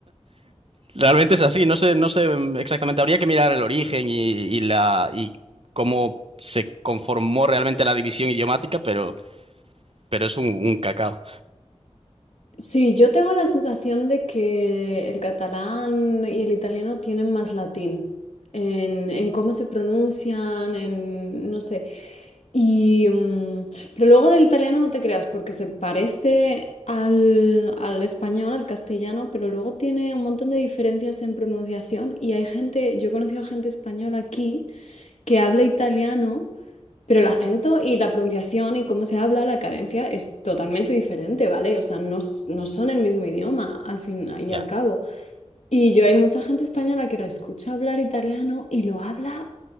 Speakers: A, on the right (about 55°); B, on the left (about 80°).
A: realmente es así, no sé, no sé mm, exactamente, habría que mirar el origen y, y la y cómo se conformó realmente la división idiomática, pero, pero es un, un cacao.
B: Sí, yo tengo la sensación de que el catalán y el italiano tienen más latín en, en cómo se pronuncian, en no sé. Y, mm, pero luego del italiano no te creas, porque se parece al, al español, al castellano, pero luego tiene un montón de diferencias en pronunciación. Y hay gente, yo he conocido a gente española aquí que habla italiano pero el acento y la pronunciación y cómo se habla, la cadencia es totalmente diferente, ¿vale? O sea, no, s- no son el mismo idioma al fin y
A: Ya.
B: al cabo. Y yo hay mucha gente española que la escucha hablar italiano y lo habla